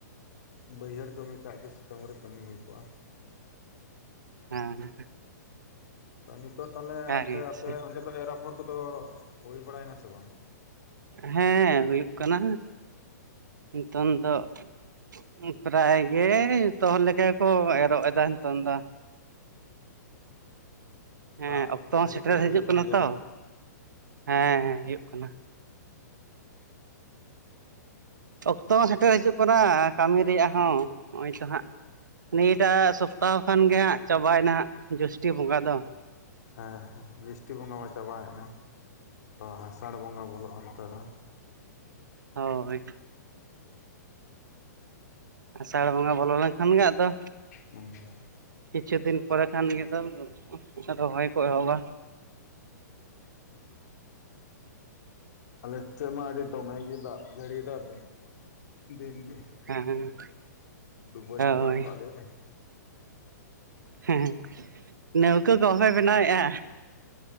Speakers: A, on the left (about 60°); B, on the right (about 80°).
A: ᱵᱟᱹᱭᱦᱟᱹᱲ ᱠᱟᱹᱢᱤ ᱠᱷᱟᱡ ᱫᱚ ᱥᱤᱛᱩᱝ ᱨᱮ ᱠᱟᱹᱢᱤ ᱦᱩᱭ ᱠᱚᱜᱼᱟ᱾
B: ᱦᱮᱸ ᱦᱮᱸ᱾
A: ᱱᱤᱛᱚᱜ ᱛᱟᱞᱦᱮ ᱚᱱᱛᱮ
B: ᱜᱮ
A: ᱟᱯᱮ
B: ᱥᱮ
A: ᱚᱱᱛᱮ ᱫᱚ ᱮᱨ ᱟᱯᱷᱚᱨ ᱠᱚᱫᱚ ᱦᱩᱭ ᱵᱟᱲᱟᱭᱮᱱᱟ ᱥᱮ ᱵᱟᱝ?
B: ᱦᱮᱸ ᱦᱩᱭᱩᱜ ᱠᱟᱱᱟ᱾ ᱱᱤᱛᱚᱝ ᱫᱚ ᱩᱸᱜ ᱯᱨᱟᱭ ᱜᱮ ᱡᱷᱚᱛᱚ ᱦᱚᱲ ᱞᱮᱠᱟ ᱜᱮᱠᱚ ᱮᱨᱚᱜ ᱮᱫᱟ ᱱᱤᱛᱚᱝ ᱫᱚ᱾
A: <unintelligible>
B: ᱦᱮᱸ
A: ᱫᱟᱜ
B: ᱚᱠᱛᱚ
A: ᱡᱟᱹᱲᱤ
B: ᱦᱚᱸ ᱥᱮᱴᱮᱨ
A: ᱠᱚᱫᱚ
B: ᱦᱤᱡᱩᱜ
A: ᱦᱩᱭᱩᱜ
B: ᱠᱟᱱᱟ
A: ᱠᱟᱱ ᱜᱮᱭᱟ
B: ᱛᱚ ᱦᱮᱸ ᱦᱮᱸ ᱦᱩᱭᱩᱜ ᱠᱟᱱᱟ᱾ ᱚᱠᱛᱚ ᱦᱚᱸ ᱥᱮᱴᱮᱨ ᱦᱤᱡᱩᱜ ᱠᱟᱱᱟ ᱠᱟᱹᱢᱤ ᱨᱮᱭᱟᱜ ᱦᱚᱸ ᱱᱚᱜᱼᱚᱭ ᱛᱚ ᱦᱟᱸᱜ ᱱᱤᱭᱟᱹ ᱴᱟᱜ ᱥᱚᱯᱛᱟᱦᱚ ᱠᱷᱟᱱ ᱜᱮ ᱦᱟᱸᱜ ᱪᱟᱵᱟᱭᱱᱟ ᱦᱟᱸᱜ ᱡᱚᱥᱴᱤ ᱵᱚᱸᱜᱟ ᱫᱚ᱾
A: ᱦᱮᱸ ᱦᱮᱸ ᱡᱤᱥᱴᱤ ᱵᱚᱸᱜᱟ ᱢᱟ ᱪᱟᱵᱟᱭᱮᱱᱟ ᱛᱚ ᱟᱥᱟᱲ ᱵᱚᱸᱜᱟ ᱵᱚᱞᱚᱜᱼᱟ ᱱᱤᱛᱚᱜ ᱫᱚ᱾
B: ᱦᱚ ᱵᱷᱟᱹᱜᱤ ᱜᱮ᱾ ᱟᱥᱟᱲ ᱵᱚᱸᱜᱟ ᱵᱚᱞᱚ ᱞᱮᱱᱠᱷᱟᱱ ᱜᱮ ᱟᱫᱚ
A: <unintelligible>
B: ᱠᱤᱪᱷᱩ ᱫᱤᱱ ᱯᱚᱨᱮ ᱠᱷᱟᱱ ᱜᱮ ᱫᱚ ᱨᱚᱦᱚᱭ ᱠᱚ ᱮᱦᱚᱵᱟ᱾
A: ᱟᱞᱮ ᱥᱮᱫ ᱢᱟ ᱟᱹᱰᱤ ᱫᱚᱢᱮ ᱜᱮ ᱫᱟᱜ ᱡᱟᱹᱲᱤᱭ ᱫᱟ ᱫᱤᱱ, ᱫᱤᱱ ᱜᱮ᱾
B: ᱦᱮᱸ ᱦᱮᱸ᱾
A: ᱰᱩᱵᱟᱹᱣ ᱪᱟᱵᱟᱣ
B: ᱦᱳᱭ
A: ᱠᱟᱜ ᱞᱮᱭᱟᱭ
B: ᱦᱩᱸ ᱱᱟᱹᱣᱠᱟᱹ ᱠᱚ ᱵᱟᱯᱮ ᱵᱮᱱᱟᱣᱮᱜᱼᱟ?